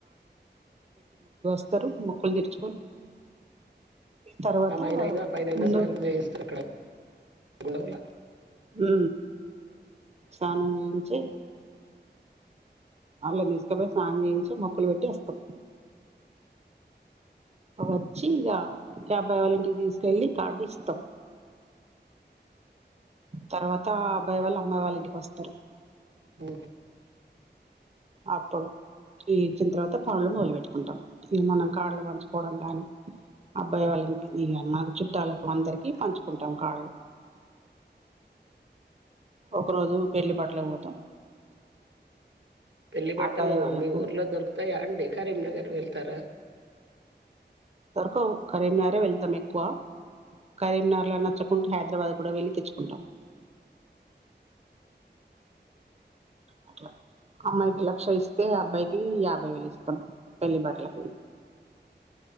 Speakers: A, on the right; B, on the right.
A: స్తారు మొక్కలు తీర్చుకొని తర్వాత
B: అమ్మాయినైనా అబ్బాయినైనా
A: ముందు
B: స్నానం చేయిస్తారు అక్కడ గుడవుల
A: ఉ స్ానం చేయిించే అళ్ళ తీసుకపోయి స్ం చేయించి మొక్కలు పెట్టి వస్తాం వచ్చి ఇక అబ్బాయి వాళ్ళింటికి తీసుకెళ్ళి కార్డు ఇస్తాం తర్వాత ఆ అబ్బాయి వాళ్ళు అమ్మాయి వాళ్ళ ఇంటికి వస్తారు
B: హ
A: అప్పుడు ఈ ఇచ్చిన తర్వాత పాండ్లు మొదలు పెెట్టుకుంటాం ఇ మనం కాళ్ు పంచుకోవడం కానీ అబ్బాయి వాళ్ళ ఈ అన్నకు చుట్టాలకు అందరికి పంచుకుంటాం కాళ్ళ ఒక రోజు పెళ్లి బట్టలే పోతాం
B: పెళ్లి బట్టలు
A: అబ్బాయి వాళ్ళకు
B: మీ ఊర్లో దొరుకుతాయా అండి కరీంనగర్ వెళ్తారా
A: రకు కరీంనగారే వెళ్తాం ఎక్కువ కరీంనర్ నచ్చకుంటే హైదరాబాద్ కూడా వెళ్ళి తెచ్చుకుంటాం అట్లా అమ్మాయికి లక్ష ఇస్తే అబ్బాయికి యాభై వేలు ఇస్తాం పెళ్లి బాట్లకి